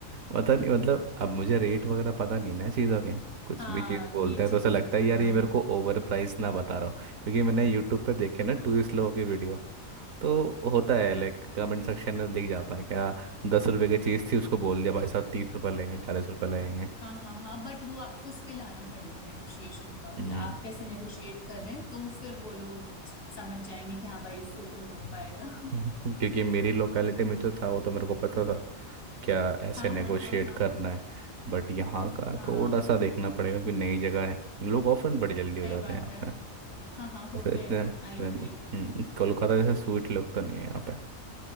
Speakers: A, on the right (about 80°); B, on the left (about 75°).
A: पता नहीं मतलब अब मुझे रेट वगैरह पता नहीं ना चीज़ों के कुछ
B: हाँ
A: भी चीज़ बोलते
B: ये
A: हैं तो
B: चीज
A: ऐसा लगता
B: है
A: है यार
B: हाँ
A: ये मेरे
B: हाँ
A: को ओवर प्राइस ना बता रहा हो क्योंकि मैंने यूट्यूब पे देखे ना टूरिस्ट लोगों के वीडियो तो होता है लाइक कमेंट सेक्शन में दिख जाता है क्या दस रुपए की चीज़ थी उसको बोल दिया भाई साहब तीस रुपये लगेंगे चालीस रुपये लगेंगे
B: हाँ हाँ हाँ बट वो आपको स्किल आना पड़ेगा नेगोशिएशन का
A: हम्म
B: कि आप कैसे नेगोशिएट कर रहे हैं तो फिर वो लोग समझ जाएंगे कि हाँ भाई इससे तो नहीं हो पाएगा <laughs>
A: हम्म। <laughs> क्योंकि मेरी लोकेलिटी में जो था वो तो मेरे को पता था क्या ऐसे
B: हाँ
A: नेगोशिएट
B: हाँ हाँ हाँ
A: करना है बट यहाँ का
B: हाँ
A: थोड़ा सा देखना पड़ेगा कि नई जगह है लोग ऑफर बड़े जल्दी हो
B: सही
A: जाते
B: बात
A: हैं यहाँ
B: है
A: पे
B: हाँ हाँ होते
A: जैसे इतने
B: हैं
A: इसमें,
B: आई अग्री
A: हम्म, कोलकाता जैसे स्वीट लोग तो नहीं है यहाँ पे